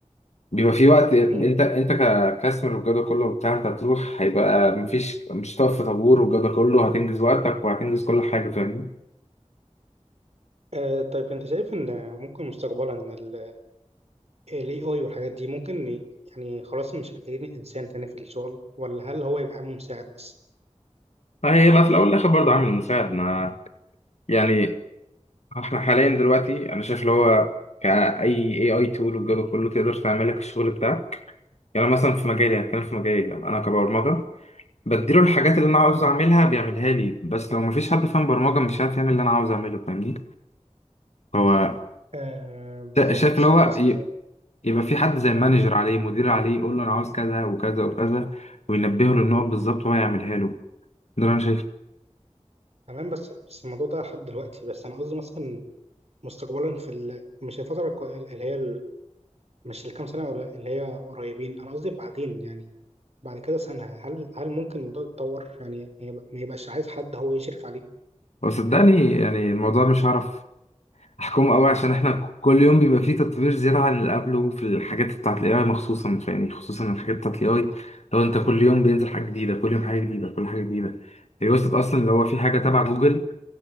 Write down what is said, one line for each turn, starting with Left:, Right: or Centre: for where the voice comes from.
Left: بيبقى في وقت انت
Right: مم.
Left: انت ك- ككاستمر والجو ده كله وبتاع انت هتروح هيبقى مفيش مش هتقف في طابور والجو ده كله هتنجز وقتك وهتنجز كل حاجه فاهمني
Right: آه طيب انت شايف ان ممكن مستقبلا ال AI والحاجات دي ممكن ي- يعني خلاص مش محتاجين الانسان تاني في الشغل ولا هل هو يبقى عامل مساعد بس
Left: هيبقى في الاول والاخر برضه عامل مساعد ما يعني احنا حاليا دلوقتي انا شايف اللي هو كاي اي اي تول والجو ده كله تقدر تعمل لك الشغل بتاعك يعني مثلا في
Right: مم.
Left: مجالي هتكلم في مجالي لما انا كبرمجه بديله الحاجات اللي انا عاوز اعملها بيعملها لي بس لو مفيش حد فاهم برمجه مش عارف يعمل اللي انا عاوز اعمله فاهمني هو
Right: آه بالظبط
Left: شايف اللي هو
Right: بس
Left: يبقى في حد زي مانجر
Right: مم.
Left: عليه مدير عليه يقول له انا عاوز كذا وكذا وكذا وينبهه للنقط بالظبط وهو يعملها له ده اللي انا شايفه
Right: تمام بس بس الموضوع ده لحد دلوقتي بس انا قصدي مثلا مستقبلا في ال... مش الفترة الكو- اللي هي ال... مش الكام سنة قر- اللي هي قريبين أنا قصدي بعدين يعني بعد كده سنة هل هل ممكن الموضوع يتطور يعني ما يب- ما يبقاش عايز حد هو يشرف عليه
Left: وصدقني يعني الموضوع مش هعرف احكمه قوي عشان احنا كل يوم بيبقى فيه تطوير زياده عن اللي قبله في الحاجات بتاعت الاي اي خصوصا يعني خصوصا الحاجات بتاعت الاي اي لو انت كل يوم بينزل حاجه جديده كل يوم حاجه جديده كل حاجه جديده هي وصلت اصلا اللي هو في حاجه تبع جوجل